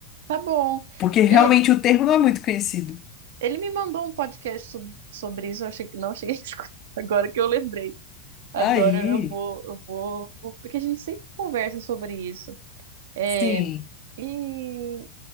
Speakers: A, on the right; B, on the left.
A: tá bom.
B: Porque
A: Ele
B: realmente o termo não é muito conhecido.
A: ele me mandou um podcast so- sobre isso. Eu achei que não cheguei a <laughs> escutar. Agora que eu lembrei. Agora
B: Aí,
A: eu vou eu vou, vou- porque a gente sempre conversa sobre isso. É,
B: sim.
A: e